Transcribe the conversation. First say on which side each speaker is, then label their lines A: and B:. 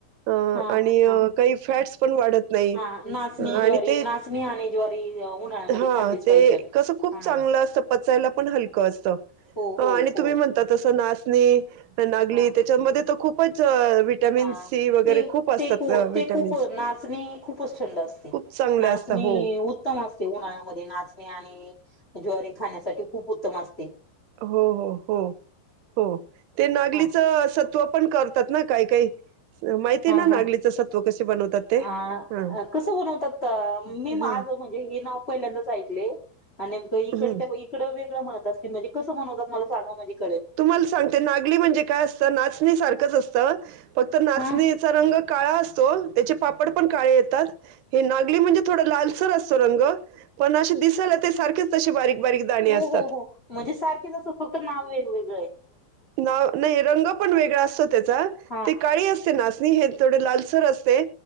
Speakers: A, on the right (about 80°); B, on the left (about 25°).
A: अ
B: हा
A: आणि
B: हा हा
A: काही फॅट्स पण वाढत नाही
B: हा नाचणी ज्वारी
A: आणि ते.
B: नाचणी आणि ज्वारी उन्हाळ्यामध्ये
A: हा
B: खाल्लीच
A: ते
B: पाहिजे
A: कस खूप
B: हा
A: चांगलं असत पचायला पण हलकं असत.
B: हो
A: आणि
B: हो हो
A: तुम्ही म्हणता तस नाचणी नागली
B: हा
A: त्याच्यामध्ये तर खूपच. व्हिटॅमिन
B: हा
A: सी वगैरे
B: ते
A: खूप असतात
B: ते खू
A: अ, व्हिटॅमिन्स.
B: ते खूप नाचणी खूपच थंड असते
A: खूप चांगले
B: नाच.
A: असतात.
B: चणी
A: हो.
B: उत्तम असते उन्हाळ्यामध्ये नाचणे आणि ज्वारी खाण्यासाठी खूप उत्तम असते.
A: हो हो हो हो ते नागलीच
B: हा
A: तव पण करतात ना काही काही माहिती
B: हा
A: ना नागलीचं
B: हा
A: सत्व कसे बनवतात. ते?
B: अ
A: हां,
B: कसं बनवतात मी माज
A: हां.
B: म्हणजे हे नाव पहिल्यांदाच ऐकले. आणि नेमकं इकड
A: हं.
B: इकडे वेगळं म्हणत असतील म्हणजे कसं म्हनवतात मला सांगा म्हणज.
A: तुम्हाला सांगते नागली म्हणजे काय असतं नाचणी सारखंच असतं फक्त नाचणीचा
B: हा
A: रंग. काळा असतो त्याचे पापड पण काळे येतात हे नागली म्हणजे थोड लालसर असतो रंग पण असे दिसेल ते सारखेच तशी बारीक बारीक दाणे
B: हो
A: असतात
B: हो हो म्हणजे सारखेचसं फक्त नाव वेगवेग
A: ना नाही रंग पण वेगळा असतो त्याचा
B: हा
A: ते काळी असते ना हे थो लालसर असते